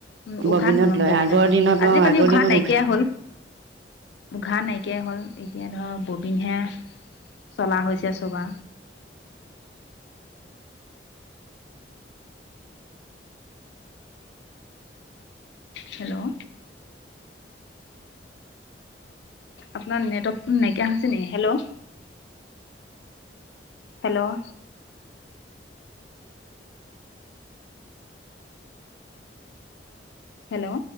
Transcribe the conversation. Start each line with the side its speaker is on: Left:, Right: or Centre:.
Left: উ উঘা
Right: ববিনত
Left: ন
Right: লয়
Left: ববিনত
Right: আগৰ
Left: লওঁ
Right: দিনত
Left: আজিকালি
Right: অঁ আগৰ
Left: উঘা
Right: দিনত
Left: নাইকিয়া হল উঘা নাইকিয়া হল এতিয়া ধৰক ববিনহে চলা হৈছে চুবা হেল্ল' আপোনাৰ নেটৱৰ্ক নাইকিয়া হৈছে নেকি হেল্ল' হেল্ল' হেল্ল'